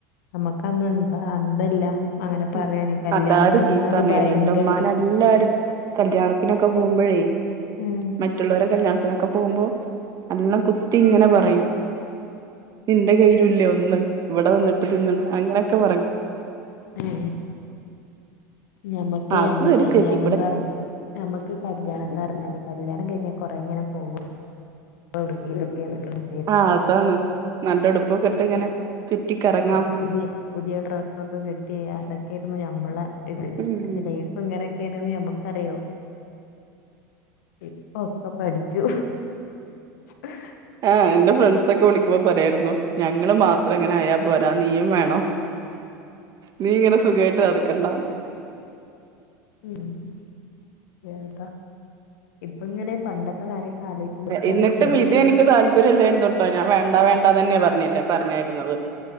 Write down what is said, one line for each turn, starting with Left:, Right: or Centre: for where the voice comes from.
Left: നമുക്ക് അന്ന് എന്താ അന്ധം ഇല്ല അങ്ങനെ പറയാന്
Right: ഉം
Left: കല്യാണം
Right: അതാരും
Left: ന്ന് പറഞ്ഞാല്
Right: ചീത്തറഞ്ഞായിരുന്നു
Left: ഭയങ്കര
Right: എന്റെ ഉമ്മാനെ എല്ലാരും കല്യാണത്തിനൊക്കെ പോകുമ്പോഴേ
Left: ഉം
Right: മറ്റുള്ളവര കല്യാണത്തിനൊക്കെ പോകുമ്പോൾ എന്നെ കുത്തി ഇങ്ങനെ പറയും ഇന്റെ കയ്യില ഇല്ലേ ഒന്ന് ഇവിടെ വന്നിട്ട് തിന്നണ് അങ്ങനെയൊക്കെ പറയും
Left: മ് ഞമ്മക്ക
Right: അത്
Left: അന്ന്
Right: ഒരു
Left: കല്യാണംന്ന്
Right: ചെവി കൂടെ
Left: പറഞ്ഞ ഞമുക്ക് കല്യാണം എന്ന് പറഞ്ഞാല് കല്യാണം കഴിഞ്ഞാൽ കൊറെേ ഇങ്ങനെ പോകും എവിടേക്കെങ്കിലോക
Right: ആഹ അതാണ് നല്ലടുപ്പൊക്കെ ഇട്ട്
Left: ഇപ്പളെ
Right: ഇങ്ങനെ ചുറ്റിക്കറങ്ങാം
Left: <inaudible> പുതിയ ഡ്രസ്സൊക്കെ കിട്ടി അതൊക്കെയിരുന്നു നമ്മള ഇത്
Right: ഉം
Left: ലൈഫ് ഇങ്ങനെയൊക്കെയണന്ന് നമ്മുക്കറിയോ ഇപ്പ ഒക്കെ പഠിച്ചു അഹ്
Right: ആഹ എന്റെ ഫ്രണ്ട്സ ഒക്കെ വിളിക്കുമ്പോ പറായിരുന്നു ഞങ്ങൾ മാത്രം ഇങ്ങനെ ആയാൽ പോരാ നീയും വേണം നീ ഇങ്ങനെ സുഖയിട്ട് നടക്കണ്ടാന്ന്
Left: മ്മ് വേറെന്താ ഇപ്പ ഇങ്ങനെ പണ്ടത്തെ കാര്യങ്ങ ആലോയി ക്കുമ്പോ കുറെ
Right: എന്നിട്ടും
Left: ചിറിയും
Right: ഇത്
Left: വരും
Right: എനിക്ക് താല്പര്യം ഇല്ലായിരുന്നു ട്ടോ ഞാൻ വേണ്ടാ വേണ്ടാന്നെ പറഞ്ഞിന് പറഞ്ഞായിരു ന്നത്